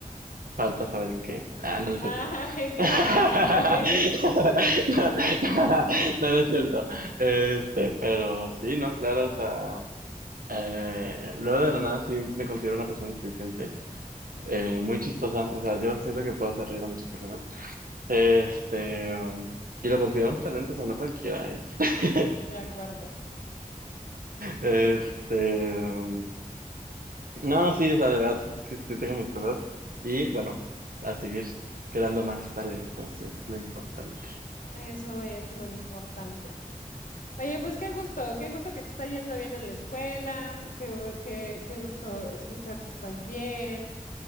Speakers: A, on the right; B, on the left.
A: Falta saber en qué. Ah, no, no es
B: Ay,
A: cierto.
B: cálmate.
A: <laughs>
B: <laughs>
A: No, no es cierto. Este, pero sí, no, claro, o sea. Eh, luego de la nada sí me considero una persona inteligente, eh, muy chistosa, o sea, yo siento que puedo hacer reír a muchas personas. Este, um, y lo considero un talento, o sea, no cualquiera, ¿eh? <laughs>
B: De acuerdo.
A: Este, um, no, sí, o sea, de verdad sí, sí, sí tengo mis cosas. Y bueno, a seguir creando más talentos es lo importante. <laughs>
B: Eso es lo importante. Oye, pues qué gusto, qué gusto que te está yendo bien en la escuela, qué, qué, qué gusto escuchar que estás bien,